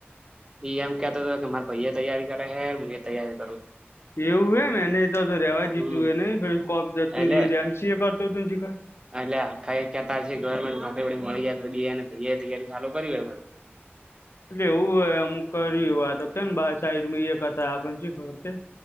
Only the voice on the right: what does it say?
એ એમ કેતો હતો કે મારે ભાઈ એ તૈયારી કરે છે હું એ તૈયારી કરું છું
હમ
એટલે
એટલે આખા કતા ગવર્મેન્ટ નોકરી વી મળી જાય તો ગ ને તૈયારી ચાલુ કરીવી હોય